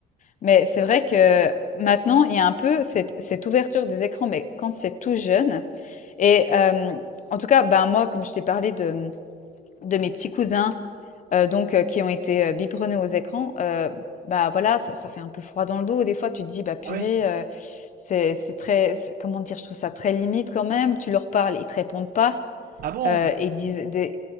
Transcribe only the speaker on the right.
Ah ouais?
Ah bon?